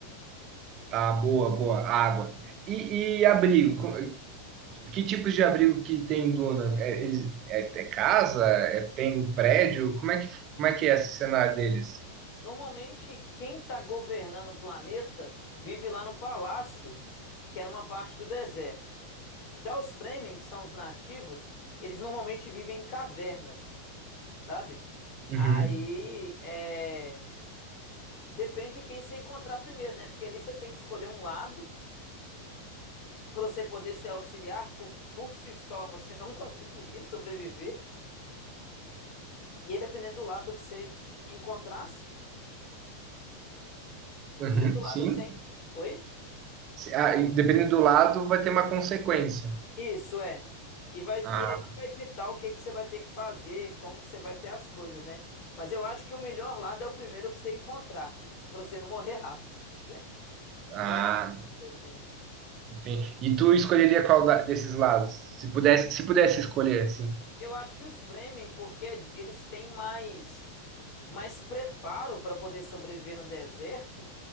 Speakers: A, on the right; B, on the left.
A: Tá, boa, boa. Água. E, e abrigo? Com- Que tipos de abrigo que tem em Duna? É, eles- é- é casa? É- tem prédio? Como é que, como é que é esse cenário deles?
B: Normalmente, quem está governando o planeta vive lá no palácio, que é numa parte do deserto. Já os Fremen, que são os nativos, eles normalmente vivem em cavernas, sabe?
A: Uhum,
B: Aí é... depende de quem você encontrar primeiro, né? Porque ali você tem que escolher um lado para você poder se auxiliar. Por, por si só você não <laughs> conseguiria sobreviver. E aí, dependendo do lado que você encontrasse,
A: uhum,
B: dependendo do lado
A: sim.
B: que você. Oi?
A: Se- ah, e dependendo do lado, vai ter uma consequência.
B: Isso é. E vai, e
A: Ah,
B: aí vai ditar o que que você vai ter que fazer, como que você vai ter as coisas, né? Mas eu acho que o melhor lado é o primeiro que você encontrar, pra você não morrer rápido, <laughs> né?
A: ah,
B: Assim.
A: entendi. E tu escolheria qual da- desses lados? Se pudesse, se pudesse escolher, assim.
B: Eu acho que os Fremen, porque eles têm mais mais preparo para poder sobreviver no deserto,